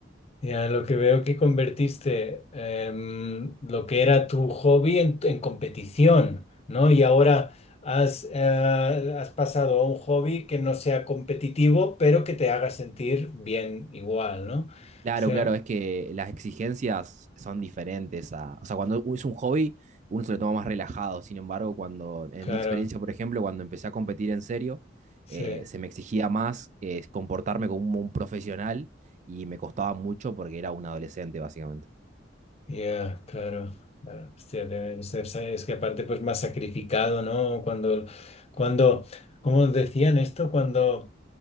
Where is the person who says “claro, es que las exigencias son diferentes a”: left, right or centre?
Right